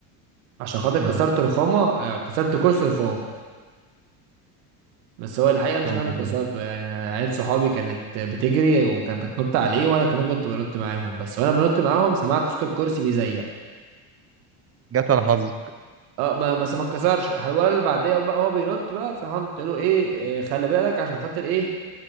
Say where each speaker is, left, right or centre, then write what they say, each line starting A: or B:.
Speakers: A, on the right; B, on the right.
A: عشان خاطر
B: امم
A: كسرت رخامة آه، كسرت كرسي رخام بس هو الحقيقة مش
B: يا
A: أنا
B: نهار
A: اللي كسرته
B: أبيض.
A: يعني أنا عيال صحابي كانت بتجري وكانت بتنط عليه وأنا كمان كنت بنط معاهم بس وأنا بنط معاهم سمعت صوت الكرسي بيزيق
B: جت على حظي
A: اه ما ما ما اتكسرش الولد اللي بعديه بقى هو بينط بقى فراح قلت له ايه آه، خلي بالك عشان خاطر ايه